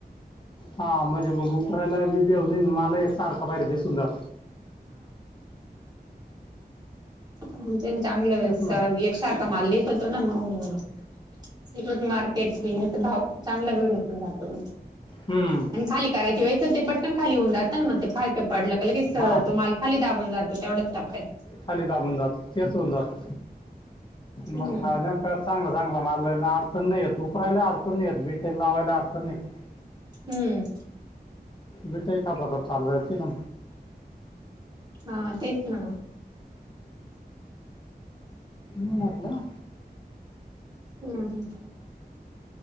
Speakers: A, on the left; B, on the right.
A: हा म्हणजे मग उकरायला बी बेऊन माला एक सारखा बाहेर दिसून जात
B: हम् चांगलं
A: तेच ना
B: एकसारखा माल दिसतो ना मग सट मार्क तेच भाव चांगला वेळ निघून जातो म
A: हम्म
B: आणि खाली करायची वेळेस ते पटकन खाली होऊन राहात ना मग ते हा का पडलं क कि
A: हा
B: तो माल खाली दाबून जातो तेवढंच तापयच,
A: खाली दाबून जात तेच होऊन जात
B: हम्
A: मग हा नेमका चांगला चांगला मारलं ना नाही उपरायला अडचण नाही येते ती ते लावायला अडचण नाही ये
B: हम्म
A: बेट कापसाप चाललतील ना
B: हा तेच ना
A: मरलं
B: ह